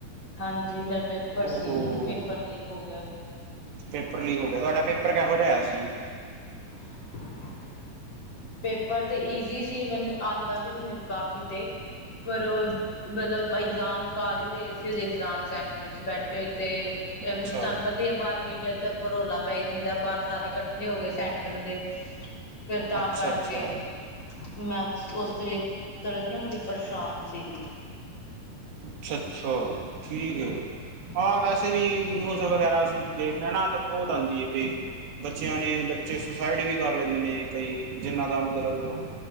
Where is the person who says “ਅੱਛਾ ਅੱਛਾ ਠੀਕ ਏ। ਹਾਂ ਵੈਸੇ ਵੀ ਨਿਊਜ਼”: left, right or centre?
Right